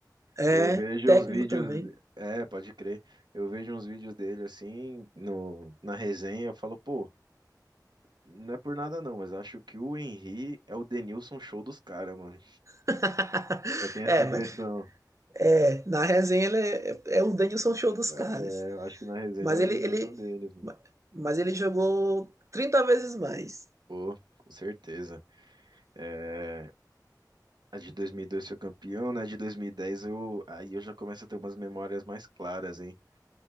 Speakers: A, on the right; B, on the right.
A: É,
B: E eu vejo
A: técnico
B: uns vídeos,
A: também.
B: é, pode crer. Eu vejo uns vídeos dele assim no na resenha, eu falo, pô, não é por nada não, mas acho que o Henry é o Denilson show dos caras, mano.
A: <laughs>
B: Eu tenho
A: É,
B: essa impressão.
A: mas é, na resenha ele é, é o Denilson Show dos
B: É,
A: caras.
B: eu acho que na resenha
A: Mas
B: ele é o
A: ele,
B: Denilson
A: ele,
B: deles, mano.
A: ma- mas ele jogou 30 vezes mais.
B: Pô, com certeza. É, a de 2002 foi campeão, né? A de 2010 eu aí eu já começo a ter umas memórias mais claras, hein?